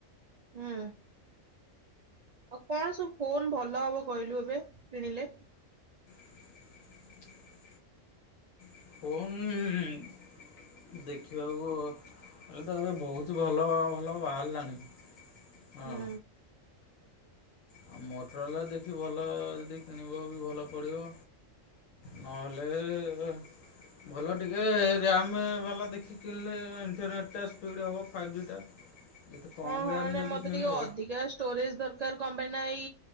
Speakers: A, on the right; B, on the left.
A: ହଁ ଆଉ କଣ ସବୁ ଫୋନ ଭଲ ହବ କହିଲୁ ଏବେ କିଣିଲେ
B: <unintelligible> ହଣ <unintelligible> ଦେଖିବାକୁ ତ ଏବେ ବହୁତ ଭଲ, ଭଲ ବାହାରିଲାଣି। ହଁ।
A: ହୁଁ
B: ଆଉ ମୋଟରଲା ଦେଖି ଭଲ ଯଦି କିଣିବ ବି ଭଲ ପଡିବ, ନହେଲେ ଆଲେ <unintelligible> ଭଲ ଟିକେ ରମ୍ ବାଲା ଦେଖି କିଣିଲେ, ଇଣ୍ଟରନେଟ୍ଟା ସ୍ପିଡ଼୍ ହେବ ଫାଇଭ୍ ଜିଟା। ଯେତେ କମ୍
A: ହଁ ହଁ,
B: ରାମ୍
A: ନାଇଁ
B: ଯଦି
A: ମତେ
B: କିଣିବ
A: ଟିକେ ଅଧିକା ଷ୍ଟୋରେଜ ଦରକାର କଣ ପାଇଁ ନା ଏଇ